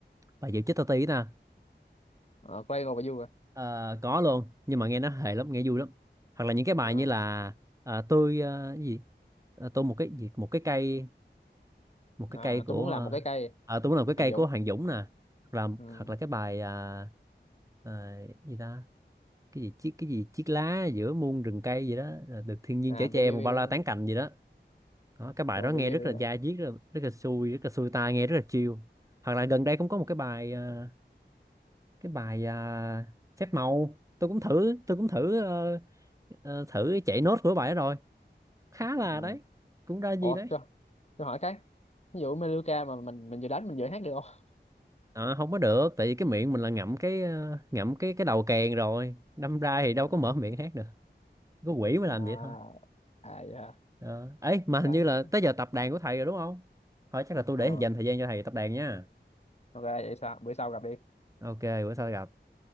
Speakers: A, on the right; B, on the left.
A: bài Diệu chết tao tí nè
B: Ờ, Quay ngồi và vui à?
A: Ờ, có luôn nhưng mà nghe nó hề lắm nghe vui lắm hoặc là những cái bài
B: Ờ,
A: như là ờ, tôi ờ, cái gì Ờ, tôi một cái gì một cái cây một cái
B: à,
A: cây của
B: tôi muốn
A: ờ,
B: làm một cái cây
A: ờ, tôi muốn làm cái
B: Hàng
A: cây
B: Dũng
A: của Hoàng Dũng nè hoặc là
B: ừ.
A: hoặc là cái bài ờ, ờ, gì ta cái gì chiếc cái gì chiếc lá giữa muôn rừng cây gì đó ờ, được thiên nhiên
B: à
A: chở che
B: bê bê
A: một
B: bê
A: bao
B: bê
A: la tán cành gì đó đó, cái bài
B: rồi
A: đó
B: bê
A: nghe
B: bê
A: rất
B: bê
A: là
B: đó.
A: da diết rất là, rất là xui rất là xui tai nghe rất là chill hoặc là gần đây cũng có một cái bài ờ, cái bài à, phép màu tôi cũng thử tôi cũng thử ờ, ờ, thử chạy nốt của bài đó rồi khá là
B: ừ.
A: đấy cũng ra gì
B: ủa
A: đấy
B: tôi, tôi hỏi cái ví dụ Meluka mà mình mình vừa đánh mình vừa hát được không
A: à, không có được tại vì cái miệng mình là ngậm cái ờ, ngậm cái cái đầu kèn rồi đâm ra thì đâu
B: Ờ,
A: có mở miệng hát được có quỷ mới
B: à,
A: làm vậy thôi
B: à dạ
A: Ờ, ấy mà
B: ok
A: hình như là tới giờ tập đàn của thầy rồi đúng không thôi chắc là tôi
B: Ờ,
A: để dành thời gian cho thầy tập đàn nha
B: ok vậy sao bữa sau gặp đi
A: ok bữa sau gặp